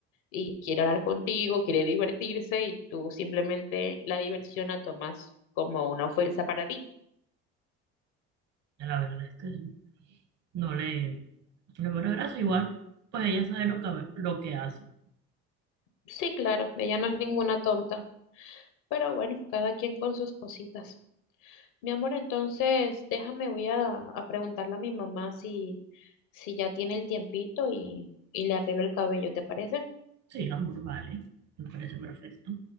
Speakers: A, on the left; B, on the right.
A: y quiere hablar contigo, quiere divertirse y tú simplemente la diversión la tomas como una ofensa para ti.
B: La verdad es que sí. No le, no le veo la gracia. Igual, pues ella sabe lo que, lo que hace.
A: Sí, claro, ella no es ninguna tonta, pero bueno, cada quien con sus cositas. Mi amor, entonces déjame, voy a, a preguntarle a mi mamá si, si ya tiene el tiempito y, y le arreglo el cabello, ¿te parece?
B: Sí, amor, vale. Me parece perfecto.